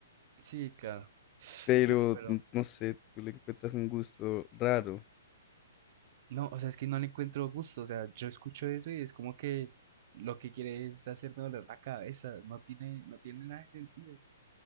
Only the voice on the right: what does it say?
sí, claro. <sniffs>
No, pero,
no, o sea, es que no le encuentro gusto. O sea, yo escucho eso y es como que lo que quiere es hacerme doler la cabeza. No tiene, no tiene nada de sentido.